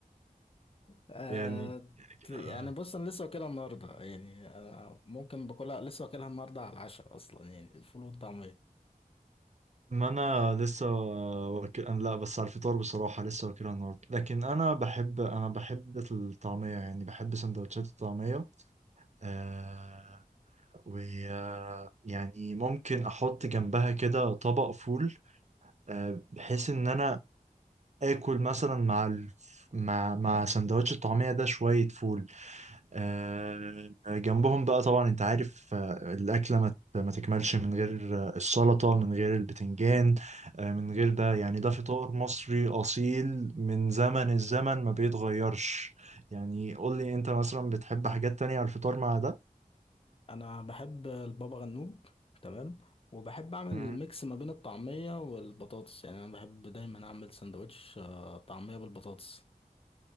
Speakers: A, on the left (about 40°); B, on the right (about 50°).
A: آه
B: يعني
A: يعني
B: آه،
A: بص انا لسه واكلها النهارده يعني انا ممكن باكلها لسه واكلها النهارده على العشاء اصلا يعني الفول والطعميه
B: ما انا لسه واكل أنا لا بس على الفطار بصراحه لسه واكلها النهارده لكن انا بحب انا بحب الطعميه يعني بحب سندوتشات الطعميه آه ويعني ممكن احط جنبها كده طبق فول آه بحيث ان انا اكل مثلا مع ال... مع مع سندوتش الطعمية ده شوية فول آه جنبهم بقى طبعا انت عارف آه الأكلة ما ت- ما تكملش من غير آه، السلطة من غير البتنجان آه من غير ده يعني ده فطار مصري أصيل من زمن الزمن ما بيتغيرش يعني قول لي انت مثلا بتحب حاجات تانية على الفطار مع
A: انا بحب البابا غنوج تمام وبحب اعمل
B: ده
A: ميكس ما بين الطعميه والبطاطس يعني انا بحب دايما اعمل سندوتش آه، طعميه بالبطاطس